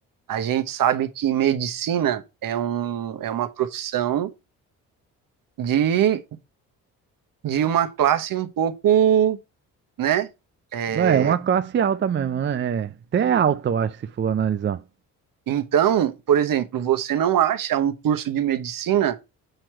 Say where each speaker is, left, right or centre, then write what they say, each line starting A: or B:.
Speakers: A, on the right; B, on the right.
A: a gente sabe que medicina é, um, é uma profissão de, de uma classe um pouco, né? É,
B: Não é, uma classe alta mesmo, né? É, até é alta, eu acho, se for analisar.
A: então, por exemplo, você não acha um curso de medicina